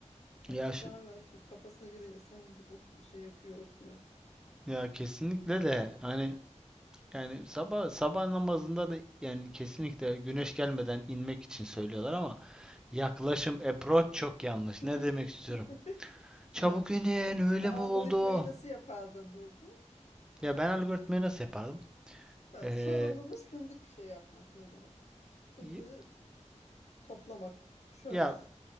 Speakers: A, on the left; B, in the centre.
A: Hat
B: Ya şu,
A: cami açık kafasına göre sen gidip ok şey yapıyor okuyor.
B: ya kesinlikle de hani yani sabah sabah namazında da yani kesinlikle güneş gelmeden inmek için söylüyorlar ama yaklaşım approach çok yanlış.
A: <laughs>
B: Ne demek istiyorum? Çabuk
A: Ha.
B: inin
A: Sen
B: öyle
A: şimdi algoritmayı
B: mi oldu?
A: nasıl yapardın burada?
B: Ya ben algoritmayı nasıl yapardım?
A: Ha,
B: Ee,
A: sorumlumuz fındık şey yapmak nedir o? Fındığı
B: y-
A: toplamak. Çöz.
B: ya